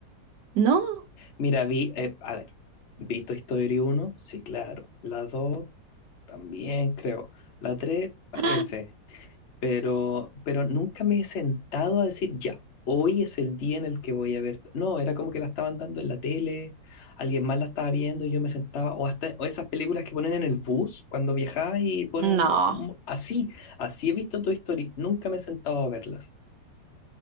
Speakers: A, on the right; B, on the left.
A: No,
B: Mira, vi, eh, a ver, vi Toy Story 1, sí, claro. La 2 también creo. La 3 parece.
A: <gasps>
B: Pero, pero nunca me he sentado a decir, ya, hoy es el día en el que voy a ver. No, era como que la estaban dando en la tele, alguien más la estaba viendo y yo me sentaba, o hasta o esas películas que ponen en el bus cuando viajaba y ponen
A: no.
B: mm, así, así he visto Toy Story, nunca me he sentado a verlas.